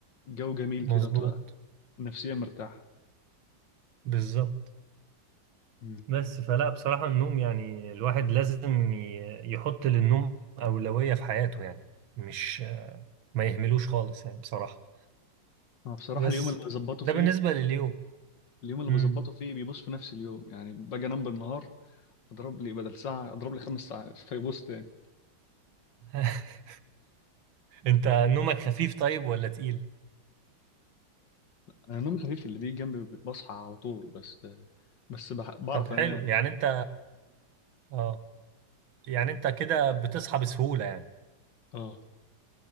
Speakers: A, on the left; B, on the right.
A: جو جميل
B: مظبوط
A: كده وتبقى نفسيا مرتاح
B: بالظبط
A: مم.
B: بس فلا بصراحه النوم يعني الواحد لازم ي- يحط للنوم اولويه في حياته يعني مش ما يهملوش خالص يعني بصراحه
A: انا بصراحة
B: بس
A: اليوم اللي بظبطه
B: ده
A: فيه
B: بالنسبه لليوم
A: اليوم اللي
B: امم
A: بظبطه فيه بيبص في نفس اليوم يعني باجي انام بالنهار اضرب لي بدل ساعه اضرب لي خمس ساعات فيبص تاني
B: <laughs> انت نومك خفيف طيب ولا تقيل
A: انا النوم الخفيف اللي بيجي جنبي بصحى على طول بس بس بح- بعرف
B: طب حلو
A: انام
B: يعني انت اه يعني انت كده بتصحى بسهولة يعني
A: اه